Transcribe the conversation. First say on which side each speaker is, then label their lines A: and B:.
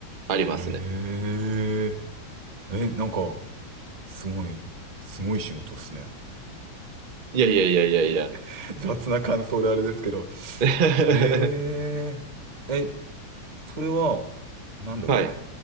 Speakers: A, on the right; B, on the right.
A: ありますね。
B: い。えー、え、なんか、すごい、すごい仕事っすね。
A: いやいやいやいやいや。
B: <laughs> 雑な感想であれですけど。
A: <laughs>
B: へえ、え、それは、なんだろ
A: はい。